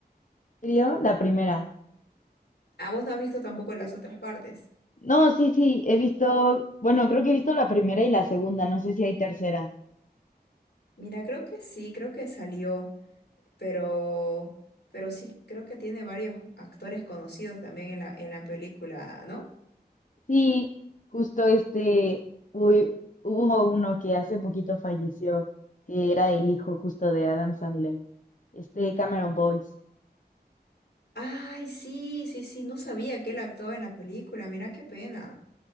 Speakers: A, on the left; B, on the left.
A: ¿En ¿Serio? La primera.
B: Ah, vos no has visto tampoco las otras partes.
A: No, sí, sí, he visto, bueno, creo que he visto la primera y la segunda, no sé si hay tercera.
B: Mira, creo que sí, creo que salió, pero, pero sí, creo que tiene varios actores conocidos también en la, en la película, ¿no?
A: Sí, justo este, uy, hubo uno que hace poquito falleció, que era el hijo justo de Adam Sandler, este Cameron Boyce.
B: Ay, sí, sí, sí, no sabía que él actuaba en la película, mira qué pena.